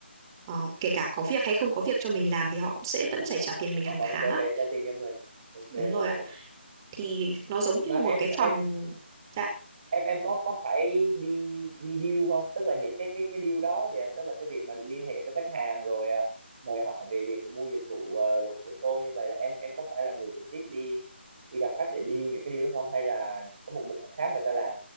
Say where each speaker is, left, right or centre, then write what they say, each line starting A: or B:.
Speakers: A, on the right; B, on the right.
A: ờ, kể cả có việc hay không có việc cho mình làm thì họ cũng sẽ vẫn phải trả tiền mình
B: họ
A: hàng
B: vẫn
A: tháng
B: sẽ
A: á
B: phải trả tiền cho mình ok
A: đúng rồi
B: ok
A: ạ thì nó giống như
B: mà em
A: một cái phòng
B: em
A: dạ
B: em em có có phải đi đi deal không tức là những cái cái cái deal đó kìa tức là cái việc mà liên hệ với khách hàng rồi à, mời họ về việc mua dịch vụ à, luật của tôi như vậy là em em có phải là người trực tiếp đi đi gặp khách để đi deal những cái deal đó không hay là có một bộ phận khác người ta làm